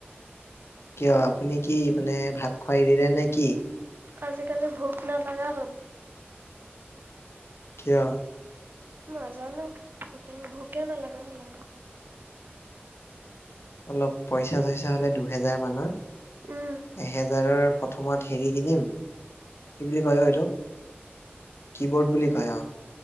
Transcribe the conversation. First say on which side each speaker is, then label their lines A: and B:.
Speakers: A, on the left; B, on the right.
A: কিয় আপুনি কি মানে ভাত খোৱা এৰিলে নেকি?
B: আজিকালি ভোক নালাগা হ'ল।
A: কিয়?
B: নাজানো, ভোকে ভোকে নালাগা হ'ল আৰু।
A: অলপ পইচা চইচা হ'লে দুহেজাৰ মানৰ।
B: উম,
A: এহেজাৰৰ প্ৰথমত হেৰী কিনিম। কি বুলি কয় অ এইটো? কিবোৰ্ড বুলি কয় আৱ।